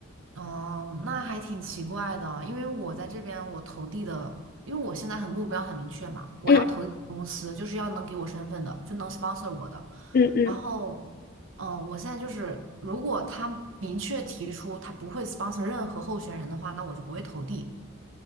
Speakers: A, on the right (about 75°); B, on the left (about 50°).
A: 哦，那还挺奇怪的，因为我在这边我投递的，因为我现在很目标很明确嘛，我要投递的公司就是要能给我身份的，
B: 嗯
A: 就能 sponsor 我的。
B: 嗯嗯，
A: 然后，嗯、我现在就是，如果他明确提出他不会 sponsor 任何候选人的话，那我就不会投递。